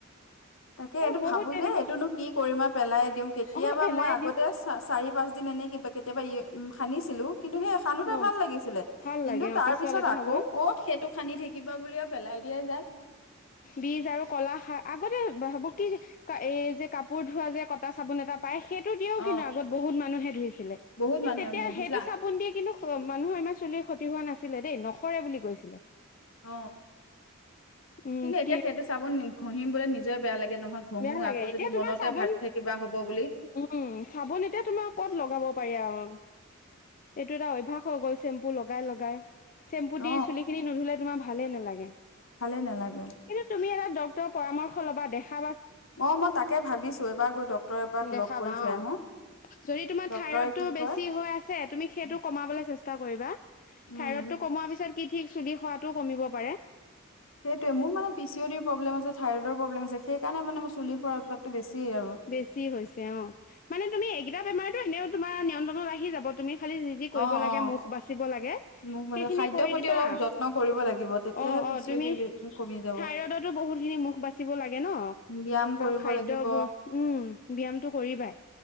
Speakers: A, on the left; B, on the left.
A: তাকে
B: এ
A: এইটো
B: বহুত
A: ভাবো
B: তেনেকুৱা
A: যে এইটোনো কি কৰিমা পেলাই দিওঁ কেতিয়াবা
B: অ পেলাই
A: মই আগতে
B: দিওঁ
A: চ চাৰি পাঁচ দিন এনেই কিবা কেতিয়াবা ই সানিছিলোঁ কিন্তু সেই এখনানোতে
B: অ
A: ভাল লাগিছিলে
B: ভাল
A: কিন্তু
B: লাগে অ
A: তাৰ
B: পিছল
A: পিছত
B: এটা
A: আকৌ
B: হ'ব
A: ক'ত সেইটো খান্দি থাকিবা বুলিয়ে পেলাই দিয়া যায়
B: বীজ আৰু কলা শাক আগতে ভাব কি এই যে কাপোৰ ধোৱা যে কটা চাবোন এটা পাই সেই দিও
A: অ
B: কিন্তু আগত বহুত মানুহে ধুইছিলে
A: বহুত
B: কিন্তু
A: মানুহে
B: তেতিয়া
A: মূৰ ধুইছিলে
B: সেইটো চাবোন দি কিন্তু অ মানুহৰ ইমান চুলিৰ ক্ষতি হোৱা নাছিলে দেই নখৰে বুলি কৈছিলে
A: অ
B: উম
A: কিন্তু এতিয়া
B: কি
A: সেইটো চাব নম ঘঁহম বলে নিজে বেয়া লাগে নহয় ঘঁহো
B: বেয়া লাগে
A: আকৌ
B: এতিয়া
A: যদি
B: তোমাৰ
A: মনতে
B: চাবোন
A: ভাবি কিবা হ'ব বুলি
B: উম চাবোন এতিয়া তোমাৰ ক'ত লগাব পাৰি আৰু এইটো এটা অভ্যয়াস হৈ গ'ল চেম্পু লগাই লগাই চেম্পু
A: অ
B: দি চুলি খিনি নুধে তোমাৰ ভালেই নালাগে
A: ভালেই নালাগে
B: কিন্তু তুমি এটা পৰামৰ্শ ল'বা দেখা
A: অ মই তাকে ভাবিছো এবাৰ গৈ ড্টৰে এবাক
B: দেখাবা
A: লগ কৰি থৈ
B: অ
A: আহো
B: যদি তোমাৰ
A: ড্টৰে
B: থাইৰডটো
A: কি
B: বেছি
A: কয়
B: হৈ আছে তুমি সেইটো কমাবলৈ চেষ্টা কৰিবা
A: উম
B: থাইৰড টো কমোৱাৰ পিছত কি ঠিক চুলি খোৱাাতটো কমিব পাৰে
A: সেইটোৱে মোৰানে পিচি' ডৰ প্ৰব্লেমছে থাইৰইডৰ প্ৰব্ম আছে সেই কাৰণে মে মই চুলি খ উৎাদটো বেছি আৰু
B: বেছি হৈছে অ মানে তুমি এইকেইটা বেমাৰ- এনেও তোমাৰ নিয়ন্ত্ৰণত আহি যাব তুমি- খালী যি যি কৰিব
A: অ
B: লাগে
A: অ
B: মুখ বাচিব লাগে
A: মোক মানে
B: সেইখিনি
A: খাদ্যৰ
B: কৰি
A: প্ৰতি
B: দিবা
A: অলপ যত্ন কৰিব লাগিব তেতিয়াহে
B: অ
A: পি
B: অ
A: চি
B: তুমি
A: ডি কমি যাব
B: থাইৰডতো বহুতখিনি মুখ বাচিব লাগে ন
A: ব্যায়াম কৰিব
B: আৰু খাদ্যবোৰ-
A: লাগিব
B: উম ব্যায়ামটো কৰিবাই